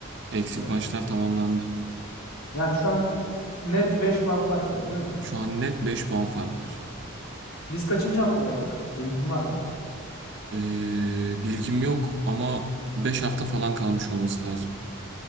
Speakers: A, on the right; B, on the left.
A: Eksik
B: Şu an.
A: maçlar tamamlandı.
B: Yani şu an net 5 puan fark var değil mi?
A: Şu an net 5 puan fark var.
B: Biz kaçıncı haftadaydık? Bilgin var mı?
A: Ee, bilgim yok ama 5 hafta falan kalmış olması lazım.